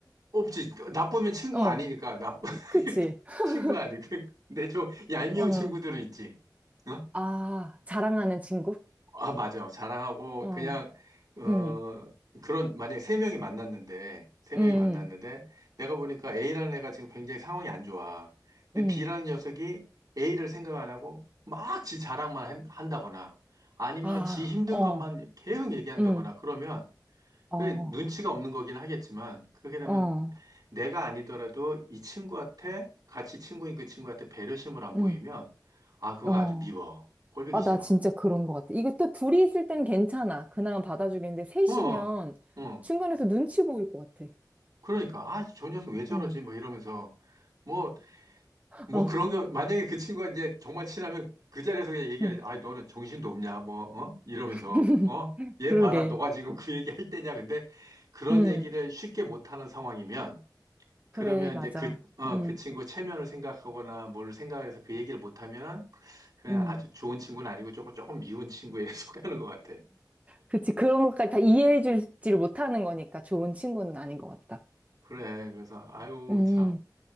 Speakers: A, on the right; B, on the right.
A: 없지. 나쁘면 친구가
B: 어,
A: 아니니까 나 <laughs>
B: 그치? <laughs>
A: 친구가 아니고 근데 좀 얄미운
B: 어.
A: 친구들은 있지. 어?
B: 아, 자랑하는 친구?
A: 아, 맞아. 자랑하고
B: 어,
A: 그냥 어
B: 음,
A: 그런 만약에 세 명이 만났는데 세 명이
B: 음,
A: 만났는데 내가 보니까 A라는 애가 지금 굉장히 상황이 안 좋아. 근데
B: 음.
A: B라는 녀석이 A를 생각 안 하고 막 지 자랑만 한- 한다거나 아니면
B: 아,
A: 지 힘든
B: 어,
A: 것만 계속 얘기한다거나
B: 음,
A: 그러면
B: 어,
A: 그게 눈치가 없는 거긴 하겠지만, 그렇게 되면
B: 어,
A: 내가 아니더라도 이 친구한테, 같이 친구인 그 친구한테 배려심을 안 보이면,
B: 음,
A: 아, 그거
B: 어.
A: 아주 미워. 꼴보기
B: 아,
A: 싫어.
B: 나 진짜 그런 것 같아. 이거 또 둘이 있을 땐 괜찮아. 그나마 받아주겠는데, 셋이면
A: 어, 어, 어.
B: 중간에서 눈치 보일 것 같아.
A: 그러니까, 아, 저 녀석 왜 저러지?
B: 음,
A: 뭐 이러면서, 뭐, 뭐
B: 어,
A: 그런 거, 만약에 그 친구가 이제 정말 친하면 그 자리에서 그냥 얘기해.
B: 음.
A: 아, 너는 정신도 없냐? 뭐, 어? 이러면서,
B: <laughs>
A: 어? 얘
B: 그러게.
A: 봐라. 너가 지금 그 얘기 할 때냐? 근데 그런
B: 음,
A: 얘기를 쉽게 못하는 상황이면, 그러면
B: 그래, 맞아.
A: 이제 그, 어,
B: 음,
A: 그 친구 체면을 생각하거나 뭘 생각해서 그 얘기를 못하면은 그냥
B: 음.
A: 아주 좋은 친구는 아니고 조금, 조금 미운 친구에 <laughs> 속하는 것 같아.
B: 그치, 그런 것까지 다 이해해 줄지를 못하는 거니까 좋은 친구는 아닌 것 같다.
A: 그래. 그래서, 아유,
B: 음,
A: 참.